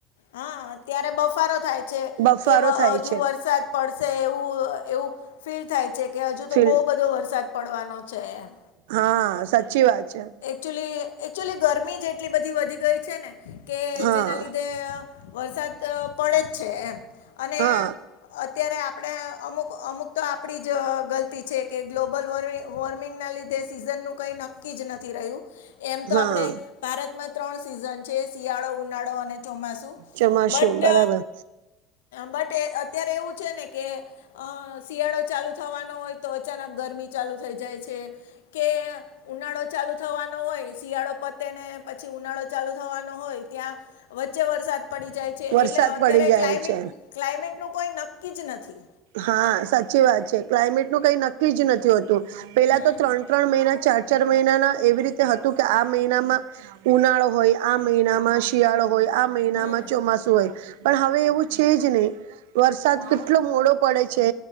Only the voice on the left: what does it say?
હા અત્યારે બફારો થાય છે
કે
હજુ
વરસાદ પડશે એવું એવું ફીલ થાય છે કે હજુ
તો બહુ બધો વરસાદ પડવાનો છે એમ
એકચ્યુલી એકચુલી ગરમી જ એટલી બધી વધી ગઈ છે ને કે
જેના લીધે વરસાદ પડે જ છે એમ અને
અત્યારે આપણે અમુક અમુક તો આપણી જ ગલતી છે કે ગ્લોબલ વોર્મિ વોર્મિંગ ના લીધે સીઝન નું કઈ નક્કી જ નથી રહ્યું એમ તો
આપણે ભારતમાં ત્રણ સીઝન છે શિયાળો ઉનાળો અને ચોમાસું
બટ
બટ અત્યારે એવું છે ને કે અ શિયાળો ચાલુ થવાનો હોય તો અચાનક ગરમી ચાલુ થઈ જાય છે કે ઉનાળો ચાલુ થવાનો હોય શિયાળો પતે ને પછી ઉનાળો ચાલુ થવાનો હોય ત્યાં વચ્ચે વરસાદ પડી જાય છે
એટલે અત્યારે
ક્લાયમેટ
ક્લાઇમેટનું કોઈ નક્કી જ નથી
હમ
હમ
હમ